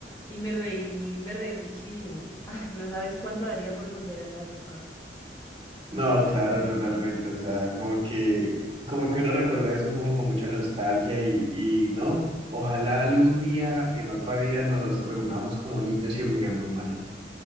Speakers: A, on the left; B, on the right.
A: y me reí, me reí muchísimo. Ay, no sabes cuánto daría por volver a esa época.
B: No, claro, totalmente. O sea, como que, como que uno recuerda eso como con mucha nostalgia y, y no. Ojalá algún día en otra vida nos reunamos como niños y juguemos, María.